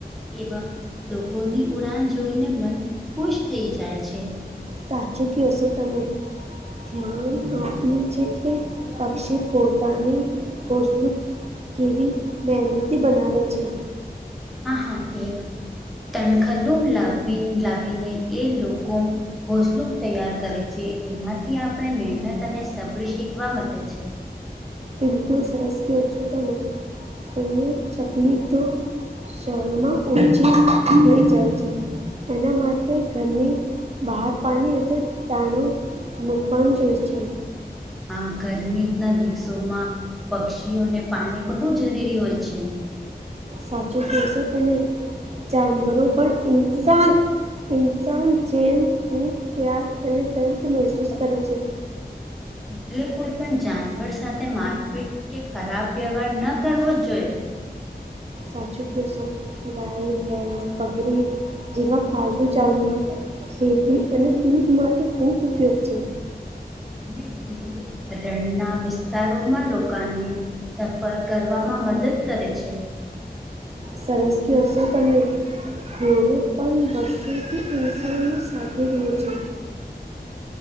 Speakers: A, in the centre; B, on the right.
A: એવમ લોકોની ઉડાન જોઈને મન ખુશ થઈ જાય છે,
B: સાચું ક્યો સોં તમે, ધ્યાન આપ્યું છે, કે પક્ષી પોતાને ઘોસલું કેવી મહેનતથી બનાવે છે.
A: હા હા, એક તણખલુમ લાવીને એ લોકો ઘોસલું તૈયાર કરે છે, એમાંથી આપણે મહેનત અને સબ્ર શીખવા મળે છે.
B: બિલકુલ સરસ ક્યો છો તમેં કરીને ચકલી તો શહેરમાં ઓછી થઈ જાય છે, એના માટે ઘરની બહાર પાણી અને દાણો <inaudible> જોઈ છે.
A: આ ગરમીના દિવસોમાં પક્ષીઓને પાણી બહુ જરૂરી હોય છે.
B: સાચું ક્યો છો તમે જાનવરો પણ ઇન્સાન ઇન્સાન જેમ પ્યાર અને દર્દ મહેસૂસ કરે છે.
A: એટલે કોઈ પણ જાનવર સાથે મારપીટ કે ખરાબ વ્યવહાર ન કરવો જોઈએ,
B: સાચું ક્યો સોં ગાય, ભેંસ, બકરી, જેવા પાલતુ જાનવર ખેતી અને દૂધ માટે ખૂબ ઉપયોગ છે.
A: અને દૂધ રણના વિસ્તારોમાં લોકાને તફર કરવામાં મદદ કરે છે.
B: સરસ કયો છો તમે. ઘોડો પણ વર્ષોથી ઉષણની સાથે રહ્યો છે,